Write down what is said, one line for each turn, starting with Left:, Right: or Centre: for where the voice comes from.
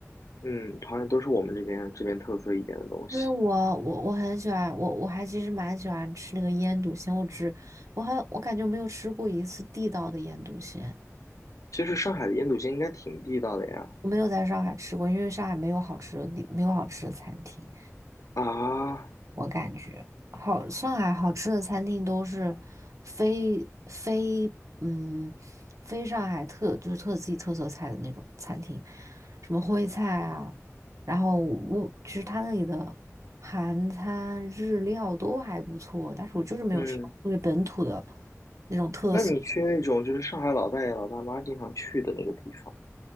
Left: 嗯，好像都是我们这边这边特色一点的东西。
Right: 因为我我我很喜欢我我还其实蛮喜欢吃那个腌笃鲜，我只我还我感觉没有吃过一次地道的腌笃鲜，
Left: 其实上海的腌笃鲜应该挺地道的呀。
Right: 我没有在上海吃过，因为上海没有好吃的地没有好吃的餐厅。
Left: 啊，
Right: 我感觉好，上海好吃的餐厅都是非非嗯非上海特就是特自己特色菜的那种餐厅，什么徽菜啊，然后我其实他那里的韩餐、日料都还不错，但是我就是没有吃到特别本土的
Left: 嗯，
Right: 那种特色。
Left: 那你去那种就是上海老大爷老大妈经常去的那个地方，